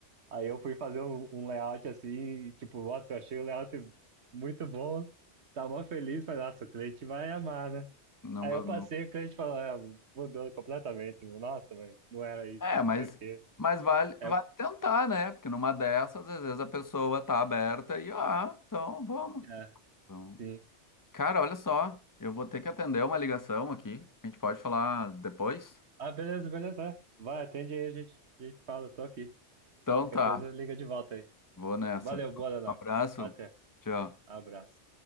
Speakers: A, on the right; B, on the left.
A: Aí eu fui fazer um, um layout assim, e, tipo, nossa, eu achei o layout muito bom, tava mó feliz, falei, nossa, o cliente vai amar, né?
B: Não,
A: Aí
B: go-
A: eu passei, o cliente falou, é, mudou completamente, nossa, mas não era isso,
B: É,
A: não
B: mas,
A: sei o quê.
B: mas vale,
A: É,
B: vale tentar, né? Porque numa dessas, às vezes a pessoa tá aberta e, ah, então vamos.
A: é,
B: Então,
A: sim.
B: cara, olha só, eu vou ter que atender uma ligação aqui. A gente pode falar depois?
A: Ah, beleza, beleza, é. vai, atende aí, a gente, a gente fala, tô aqui.
B: Então
A: Qualquer
B: tá,
A: coisa, liga de volta aí.
B: vou nessa.
A: Valeu,
B: Um
A: boa, Leonardo.
B: abraço.
A: Até,
B: Tchau.
A: abraço.